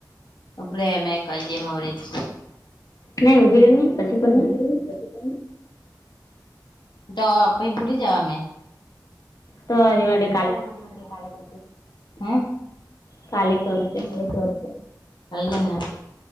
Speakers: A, on the left; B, on the left.
A: ઉભરે મે કરી દેવ અવેજ
B: નહી ઉભી રે નહી પછી
A: ઓય
B: કોણ
A: ઉભી
B: નહી
A: રેની પછી કરને. તો પહી ભૂલી જાવા મે.
B: તો રેવાડે.
A: તો રેવાડે કાલે કરજે હમ.
B: કાલે કરજે.
A: <unintelligible> હાઈ જમના